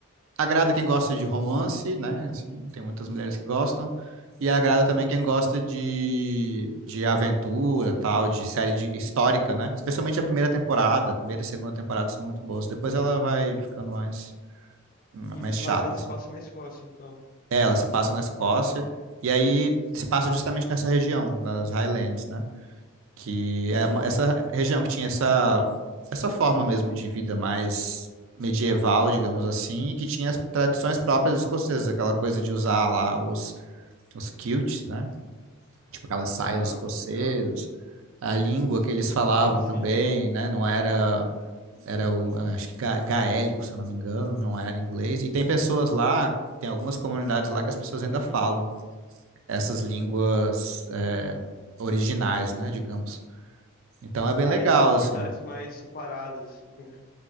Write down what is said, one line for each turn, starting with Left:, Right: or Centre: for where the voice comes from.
Right: agrada quem gosta de romance, né? Assim, tem muitas mulheres que gostam. E agrada
Left: Aham.
Right: também quem gosta de, de aventura, tal, de série de- histórica, né? Especialmente a primeira temporada. A primeira e segunda temporada são muito boas. Depois ela vai ficando mais, mais
Left: Sim, Mas
Right: chata,
Left: ela se
Right: assim.
Left: passa na Escócia, então.
Right: É, ela se passa na Escócia. E aí se passa justamente nessa região, das Highlands, né? que é uma- essa região que tinha essa, essa forma mesmo de vida mais medieval, digamos assim, e que tinha as tradições próprias dos escoceses, aquela coisa de usar lá os, os kilts, né? Tipo aquelas saias
Left: Ah,
Right: escocesas,
Left: que legal.
Right: a língua que eles falavam
Left: Sim, sim.
Right: também, né? Não era, era o, acho que ga- gaélico, se eu não me engano, não era inglês. E tem pessoas lá, tem algumas comunidades lá que as pessoas ainda falam essas línguas eh, originais, né? Digamos. Então é bem
Left: Aí
Right: legal,
Left: são comunidades
Right: assim.
Left: mais separadas, assim, né?